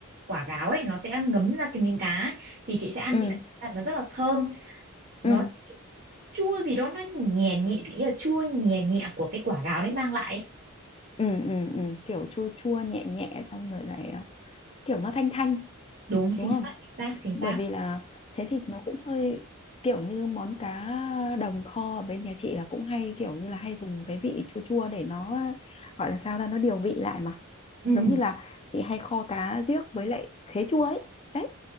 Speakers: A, on the right; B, on the left.
A: quả gáo ấy nó sẽ ngấm ra cái miếng cá ấy. thì chị sẽ ăn
B: ừ
A: chị cảm thấy là nó rất là thơm nó
B: ừ
A: chua gì đó nó nhẹ nhẹ ý là chua nhẹ nhẹ của cái quả gáo đấy mang lại ấy.
B: ừ ừ ừ. kiểu chua chua nhẹ nhẹ xong rồi lại à, kiểu nó thanh thanh
A: đúng chính
B: đúng không
A: xác chính xác chính xác
B: bởi vì là thế thì nó cũng hơi kiểu như món cá đồng kho ở bên nhà chị là cũng hay kiểu như là hay dùng cái vị chua chua để nó gọi là sao ra nó điều vị lại mà
A: ừ
B: giống như là chị hay kho cá riếc với lại khế chua ấy đấy